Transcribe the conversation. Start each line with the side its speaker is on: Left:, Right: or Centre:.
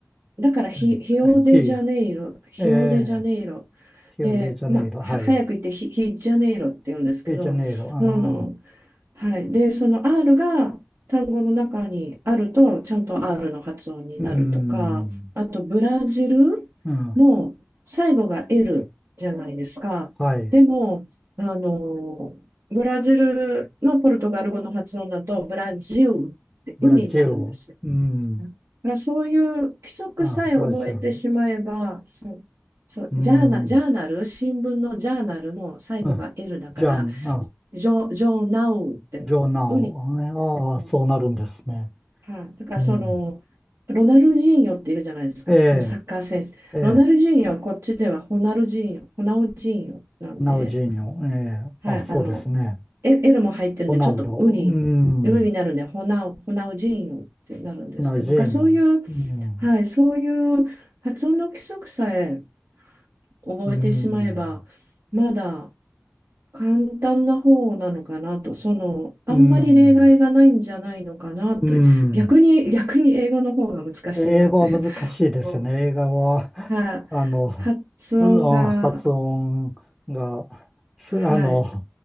Right: だからヒ、
Centre: い、
Right: ヒオデジャネイロ、
Centre: 費用、
Right: ヒオデジャネイロ
Centre: ええ、費用デジャネイロ、
Right: で、まあ、は早く言ってヒ、
Centre: はい、
Right: ヒジャネイロって言うんですけど、
Centre: デジャネイロ、あ
Right: あの、はい。で、その R が単語の中にあると、ちゃんと R の発音になるとか、
Centre: ー、うん、
Right: あとブラジルも最後が
Centre: うん、
Right: L じゃないですか。
Centre: はい、
Right: でも、あの、ブラジルのポルトガル語の発音だと、ブラジルって海になるんですよ
Centre: ブラジル、うん、
Right: だからそういう規則さえ覚えてしまえば、
Centre: あ、ブラジル、
Right: そう、
Centre: うん。
Right: ジャーナ、ジャーナル、新聞のジャーナルも最後が
Centre: あじゃあ、
Right: L だから、
Centre: あ、
Right: ジョ、ジョーナウってな、
Centre: ジョーナウ。
Right: ウになるんですけど、
Centre: ああ、そうなるんですね。
Right: はい、だからその、
Centre: うん。
Right: ロナルジーニョっているじゃないですか、
Centre: ええ、
Right: あのサッカー選手。
Centre: ええ、
Right: ロナルジーニョはこっちではホナルジーニョ、ホナウジーニョなんで、
Centre: ナウジーニョ。ええ、
Right: はい、
Centre: あ、そうですね。
Right: あの、L L も入ってるんで、
Centre: ロナウド。
Right: ちょっとウに、
Centre: うん。
Right: ウになるんで、ホナウ、ホナウジーニョってなるんですけど、
Centre: ナウジーニョ。
Right: がそういう
Centre: うん。
Right: はい、そういう発音の規則さえ覚えてしまえば、
Centre: うん。
Right: まだ簡単な方なのかなと、その、あんまり例外がないんじゃないのかなと、
Centre: うん。うん。
Right: 逆に、<laughs> 逆に英語の方が難しいなって。
Centre: 英語は難しいですね。
Right: <laughs>
Centre: 映画は、
Right: はい、
Centre: あの、
Right: 発音が、
Centre: うん発音が、す、
Right: はい、
Centre: あの、